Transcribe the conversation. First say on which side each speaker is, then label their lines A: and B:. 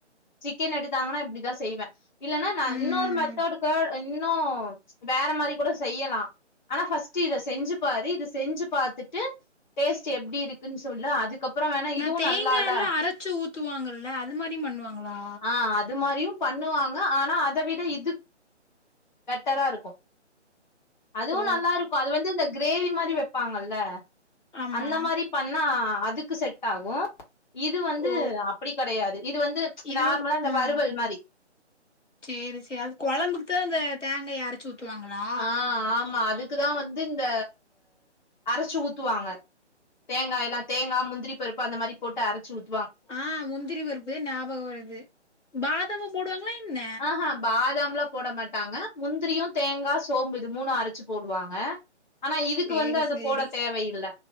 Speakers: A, on the left; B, on the left.
A: சிக்கன் எடுத்தாங்கன்னா இப்டிதா செய்வே இல்லன்னா நா
B: ம்
A: இன்னொரு மெத்தோடுக் இன்னு வேற மாரி கூட செய்யலா ஆனா ஃபஸ்ட்டு இத செஞ்சு பாரு இத செஞ்சு பாத்துட்டு டேஸ்ட் எப்டி இருக்குன் சொல்லு அதுக்க ப்றோ வேணா
B: இந்த
A: இதுவு
B: தேங்கால்லா
A: நல்லால்ல
B: அரச்சு ஊத்துவாங்கல்ல அது மாரி பண்ணுவாங்களா
A: ஆ அது மாரியு பண்ணுவாங்க ஆனா அத விட இது பெட்டரா இருக்கு அதுவு
B: ஓ
A: நல்லாருக்கு அது வந்து இந்த கிரேவி மாதிரி வெப்பாங்கல்ல
B: ஆமா
A: அந்த மாரி பண்ணா அதுக்கு செட் ஆகு இது வந்து
B: ஓ
A: அப்டி கெடையாது இது வந்து
B: இது
A: நார்மலா இந்த
B: ம்
A: வறுவல் மாரி
B: சேரி சே அது கொழம்புக்கு தா அந்த தேங்காய அரைச்சு ஊத்துவாங்களா
A: ஆ ஆமா அதுக்குதா வந்து இந்த அரைச்சு ஊத்துவாங்க தேங்காய எல்லா தேங்கா முந்திரி பருப்பு அந்த மாரி போட்டு அரைச்சு ஊ
B: ஆ முந்திரி பருப்பு ஞாபக வருது பாதாமு போடுவாங்ளா என்ன
A: ஆஹா பாதாம்லா போட மாட்டாங்க முந்திரியு தேங்கா சோம்பு இது மூணு அரைச்சு போடுவாங்க ஆனா இதுக்கு
B: சேரி
A: வந்து அது
B: சேரி
A: போட தேவையில்ல